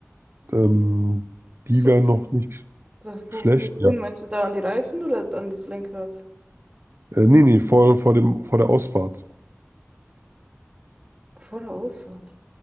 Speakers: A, on the right (about 55°); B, on the right (about 25°).
A: ähm, die
B: So,
A: wären noch nicht
B: wo, wo,
A: schlecht.
B: wohin
A: Ja.
B: meinst du da an die Reifen oder an das Lenkrad?
A: Äh, nee, nee, vor, vor dem, vor der Ausfahrt.
B: Vor der Ausfahrt.